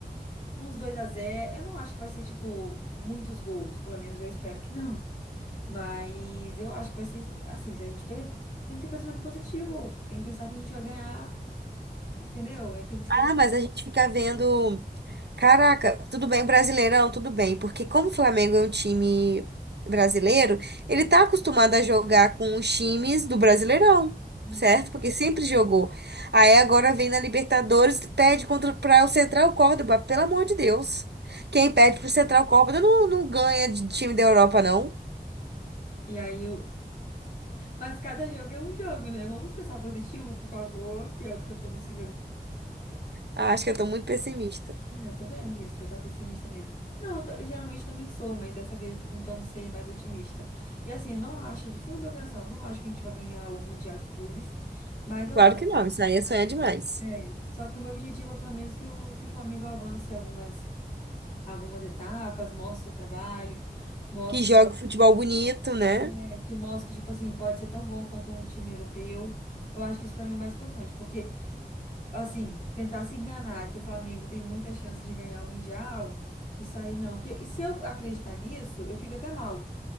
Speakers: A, on the left; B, on the right.
A: uns 2 a zero Eu não acho que vai ser, tipo, muitos gols. Pelo menos eu espero que não. Mas eu acho que vai ser, assim, se a gente per... tem que ter pensamento positivo. Tem que pensar que a gente vai ganhar, entendeu? Tem que ser...
B: Ah, mas a gente fica vendo. Caraca, tudo bem, Brasileirão, tudo bem, porque como o Flamengo é um time brasileiro, ele tá acostumado a jogar com os times do Brasileirão,
A: Uhum.
B: certo? Porque sempre jogou. Aí agora vem na Libertadores, perde contra para o Central Córdoba, pelo amor de Deus. Quem perde pro Central Córdoba não, não ganha de time da Europa, não.
A: E aí, Mas cada jogo é um jogo, né? Vamos pensar positivo, por favor, que é o que eu tô me segurando.
B: Ah, Acho que eu tô muito pessimista.
A: É, eu tô vendo isso, que você tá pessimista mesmo. Não, eu, tô- eu geralmente também sou, mas dessa vez eu tô tentando ser mais otimista. E assim, não acho, do fundo do meu coração, não acho que a gente vai ganhar o Mundial de Clubes, mas eu.
B: Claro que não, isso aí é sonhar demais.
A: é, só que o meu objetivo é pelo menos que o, que o Flamengo avance algumas, algumas etapas, mostre o seu trabalho, mostre
B: Que joga futebol bonito, né?
A: que, que mostre que, tipo assim, pode ser tão bom quanto um time europeu. Eu acho que isso pra mim é o mais importante, porque. assim, tentar se enganar que o Flamengo tem muita chance de ganhar o Mundial, isso aí não. Porque e se eu acreditar nisso, eu fico até mal.